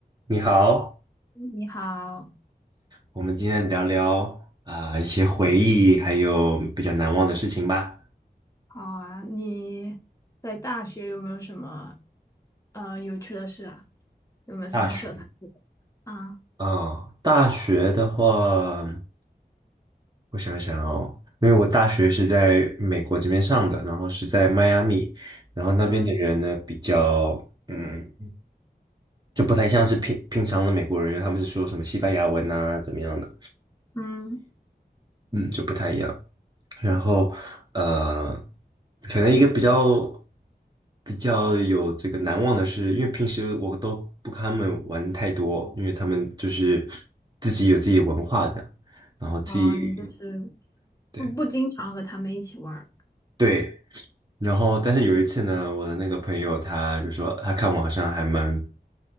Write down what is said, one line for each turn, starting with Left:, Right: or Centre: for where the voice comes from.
Right: 你好，
Left: 你好，
Right: 我们今天聊聊啊、一些回忆，还有比较难忘的事情吧。
Left: 好啊，你在大学有没有什么呃有趣的事啊？有没有参加社团之类的
Right: 大学，
Left: 啊，
Right: 啊、大学的话，我想想哦，因为我大学是在美国这边上的，然后是在迈阿密，然后那边的人呢比较，
Left: 嗯
Right: 嗯，就不太像是平平常的美国人，因为他们是说什么西班牙文啊，怎么样的，
Left: 嗯，
Right: 嗯，就不太一样。然后呃，可能一个比较比较有这个难忘的是，因为平时我都不跟他们玩太多，因为他们就是自己有自己文化的，然后自己
Left: 哦，你就是
Right: 对
Left: 不不经常和他们一起玩儿，
Right: 对，然后，但是有一次呢，我的那个朋友他就说，他看我好像还蛮